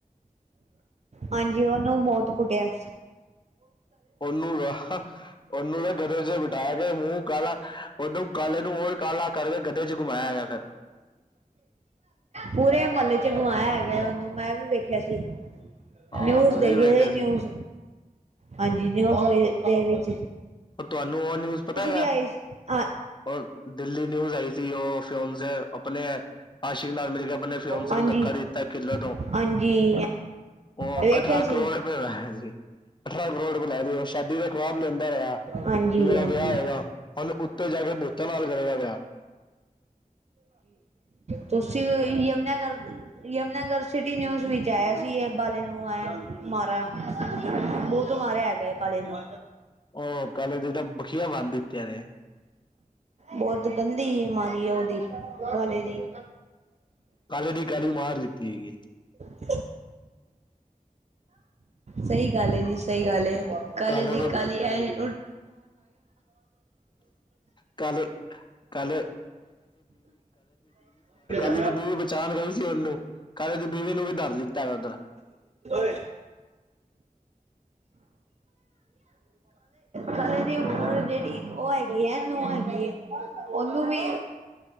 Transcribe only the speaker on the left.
ਔਨੂੰ ਨਾ ਔਨੂੰ ਨਾ ਗਦੋਂ, ਚ ਬਿਠਾ ਕੇ ਮੂੰਹ ਕਾਲਾ ਔਨੂੰ ਕਾਲੇ ਨੂੰ ਔ ਕਾਲਾ ਕਰਕੇ ਗੱਧੇ ਚ ਘੁਮਾਇਆ ਗਿਆ ਫਿਰ
ਹਾਂ
ਤੁਸੀਂ
ਵੀ ਵੇਖਿਆ
ਔ ਤੁਹਾਨੂੰ ਔ ਨਿਊਜ਼ ਪਤਾ ਹੈਗਾ,
ਉਹ ਦਿੱਲੀ ਨਿਊਜ਼ ਆਈ ਸੀ, ਉਹ ਫਿਔਨਸੇ ਅਪਣੇ ਆਸ਼ਿਕ ਨਾਲ ਮਿਲ ਕੇ ਆਪਣੇ ਫਿਔਨਸੇ
ਨੂੰ ਧੱਕਾ ਦਿੱਤਾ
ਕਿਲੇ ਤੋਂ
ਔ
ਅਠਰਾਂ
ਕਰੋੜ ਰੁਪਏ ਦਾ ਹੈਗਾ ਸੀ। ਅਠਾਰਾਂ ਕਰੋੜ ਰੁਪੈ ਲਾਏ ਸੀ। ਸ਼ਾਦੀ ਦਾ ਖਵਾਬ ਲੈਂਦਾ ਰਿਆ
ਕਿ ਮੇਰਾ
ਵਿਆਹ ਹੋਏਗਾ, ਹੂੰਨ ਉੱਤੇ ਜਾ ਕੇ ਪੁਤਾਂ ਨਾਲ ਕਰੇਗਾ ਵਿਆਹ
ਉਹ ਕਾਲੇ ਦੀ, ਤਾਂ ਬਖੀਆ ਬੰਨ ਦਿੱਤਿਆ ਨੇ
ਕਾਲੇ ਦੀ ਕਾਲੀ ਮਾਰ ਦਿੱਤੀ ਹੈਗੀ
ਕਾਲੇ
ਦੇ
ਕਾਲੇ ਕਾਲੇ ਕੀ
ਦੀ ਬੀਵੀ ਬਚਾਣ ਗਈ ਸੀ, ਉਹਨੂੰ ਕਾਲੇ ਦੀ ਬੀਵੀ ਨੂੰ ਵੀ ਤਰ ਲਿੱਤਾ ਅ ਉੱਧਰ
ਹੋਰ